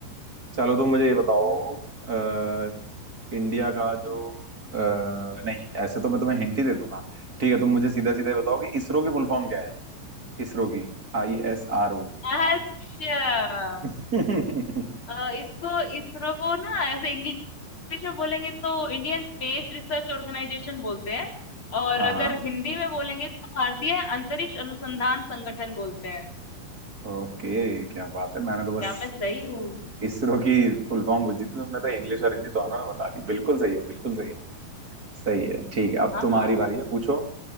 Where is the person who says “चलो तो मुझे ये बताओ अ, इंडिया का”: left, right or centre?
Right